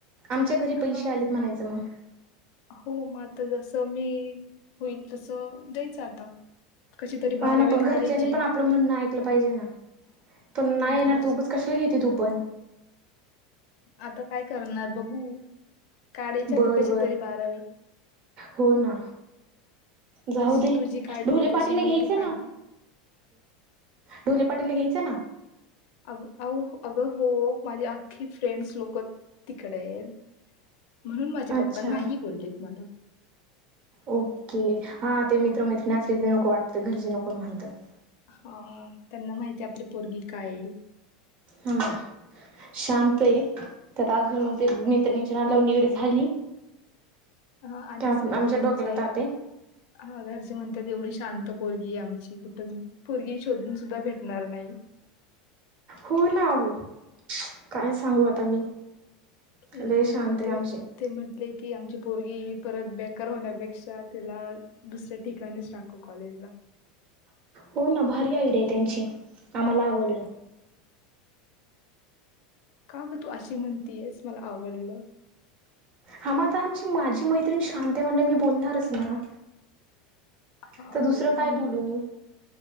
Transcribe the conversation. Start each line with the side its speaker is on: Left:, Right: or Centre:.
Right: आमच्या घरी पैसे
Left: हा
Right: आलेत म्हणायचं मग.
Left: हो, मग आता जस मी होईल तस द्यायचं आता. कशी तरी
Right: हा
Left: बारावी
Right: ना, पण घरच्यांनी
Left: काढायची
Right: पण आपलं म्हणणं ऐकलं पाहिजे ना. पण
Left: हम्म
Right: नाही येणार
Left: कशी
Right: तर, उगाच कशाला घेते तू पण.
Left: आता काय करणार बघू, काढायची आता
Right: बर
Left: कशी
Right: बर
Left: तरी बारावी.
Right: हो ना. जाऊ
Left: जशी
Right: दे,
Left: तुझी काढली
Right: ढोले
Left: तशी
Right: पाटीलला
Left: मी
Right: घ्यायचं
Left: बी काढते
Right: ना. ढोले पाटीलला घ्यायच ना.
Left: अ अगं हो माझी आख्खी फ्रेंड्स लोक तिकडेत, म्हणून माझे
Right: अच्छा
Left: पप्पा नाही बोललेत मला.
Right: ओके. हा, ते मित्र मैत्रीण असली ते नको वाटतय, घरचे नको म्हणतात.
Left: ह, त्यांना माहिती आपली पोरगी काय.
Right: हा, शांत ये त्यात अजून
Left: हा
Right: मग ते मैत्रिणी लावून लावून येड झाली
Left: हा आधीच
Right: ते आमच्या
Left: माझे घरचे
Right: डोक्याला ताते
Left: हा घरचे म्हणतात एवढी शांत पोरगी आहे आमची कुठ पोरगी शोधून सुद्धा भेटणार नाही
Right: हो ना ओ, काय सांगू आता मी
Left: म्हणून
Right: लय शांत आहे
Left: ते
Right: आमची
Left: ते म्हटले की आमची पोरगी परत बेकार होण्यापेक्षा तिला दुसऱ्या ठिकाणीच टाकू कॉलेजला.
Right: हो ना भारी आयडिया आहे त्यांची आम्हाला आवडलं.
Left: का ग तू अशी म्हणतीयस मला आवडलं
Right: हां मग आता आमची माझी मैत्रीण शांत आहे म्हणल्यावर मी बोलणारच ना
Left: हा
Right: तर दुसरं
Left: ते पण
Right: काय
Left: आहे
Right: बोलूून?